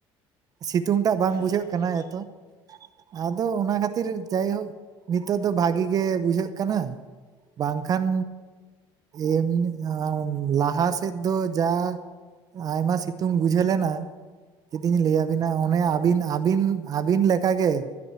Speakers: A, on the right; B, on the left.
A: ᱥᱤᱛᱩᱝ ᱴᱟᱜ ᱵᱟᱝ
B: ᱦᱳᱭ
A: ᱵᱩᱡᱷᱟᱹᱜ
B: ᱦᱳᱭ ᱦᱳᱭ
A: ᱠᱟᱱᱟ ᱮᱛᱚ, ᱟᱫᱚ ᱚᱱᱟ ᱠᱷᱟᱛᱤᱨ ᱡᱟᱭᱦᱳᱠ ᱱᱤᱛᱚᱜ ᱫᱚ ᱵᱷᱟᱜᱤ ᱜᱮ ᱵᱩᱡᱷᱟᱹᱜ ᱠᱟᱱᱟ ᱵᱟᱝᱠᱷᱟᱱ ᱮᱢ ᱟᱱ ᱞᱟᱦᱟ ᱥᱮᱫ ᱫᱚ ᱡᱟ ᱟᱭᱢᱟ ᱥᱤᱛᱩᱝ ᱵᱩᱡᱷᱟᱹ ᱞᱮᱱᱟ ᱡᱩᱫᱤᱧ ᱞᱟᱹᱭ ᱟᱹᱵᱤᱱᱟ ᱚᱱᱮ ᱟᱹᱵᱤᱱ ᱟᱹᱵᱤᱱ ᱟᱹᱵᱤᱱ ᱞᱮᱠᱟᱜᱮ